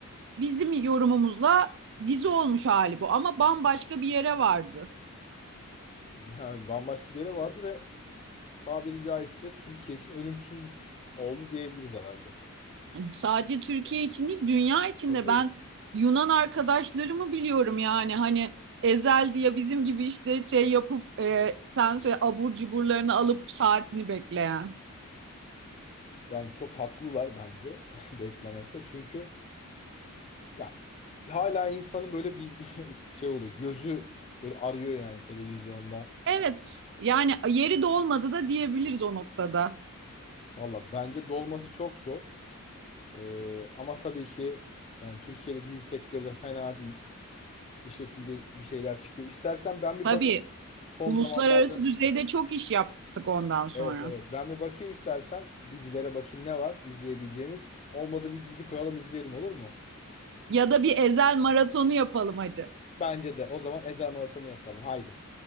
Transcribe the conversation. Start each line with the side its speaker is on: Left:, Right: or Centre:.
Right: bizim yorumumuzla dizi olmuş hali bu ama bambaşka bir yere vardı.
Left: yani bambaşka bir yere vardı ve tabiri caizse Türkiye için ölümsüz oldu diyebiliriz herhalde.
Right: sadece Türkiye için değil dünya için
Left: Tabii.
Right: de ben Yunan arkadaşlarımı biliyorum yani hani Ezel diye bizim gibi işte şey yapıp e, sen söyle abur cuburlarını alıp saatini bekleyen.
Left: Yani çok haklılar bence <laughs> beklemekte. Çünkü yani hala insanın böyle bir <laughs> şey oluyor. Gözü böyle arıyor yani televizyonda.
Right: Evet yani yeri de olmadı da diyebiliriz o noktada.
Left: Valla bence dolması çok zor. Ee, ama tabii ki yani Türkiye'de dizi sektörü de fena değil. Bir şekilde bir şeyler çıkıyor. İstersen ben bir
Right: Tabii
Left: bakayım. Son
Right: uluslararası
Left: zamanlarda
Right: düzeyde çok iş yaptık ondan sonra.
Left: evet evet ben bir bakayım istersen dizilere bakayım ne var izleyebileceğimiz. Olmadı bir dizi koyalım izleyelim olur mu?
Right: Ya da bir Ezel maratonu yapalım hadi.
Left: Bence de. O zaman Ezel Marathonu yapalım. Haydi.